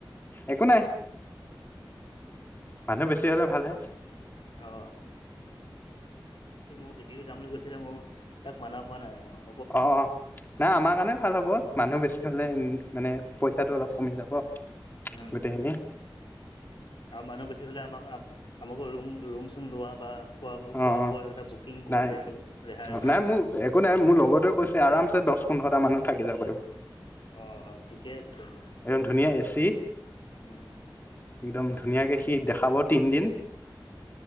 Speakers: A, on the left; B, on the left.
A: একো নাই! মানুহ বেছি হলে ভালহে।
B: অ মোৰ সিও যাম বুলি কৈছে যে - মই তাক মানা কৰা নাই অ।
A: অ, নাই, আমাৰ কাৰণে ভাল হ'ব মানুহ বেছি হ'লে মানে পইচাটো অলপ কমি যাব।
B: উম!
A: গোটেইখিনি
B: আৰু মানুহ বেছি হ'লে- আমাক আমাকো ৰুম ৰুম-চুম লোৱা বা খোৱা, খোৱা-বোৱা
A: অ অ
B: সেইবিলাক বুকিং কৰোঁতে
A: নাই
B: অলপ ৰেহাই
A: অ',
B: হৈ
A: নাই
B: যাব দিয়া।
A: মোৰ একো নাই, মোৰ লগৰটোৱে কৈছে আৰামছে দহ, পোন্ধৰটা মানুহ থাকি যাব পাৰিব।
B: অঁ, অঁ ঠিকেই আছে তেতিয়াহলে।
A: একদম ধুনীয়া এচি
B: উম
A: একদম ধুনীয়াকে সি দেখাব তিনদিন।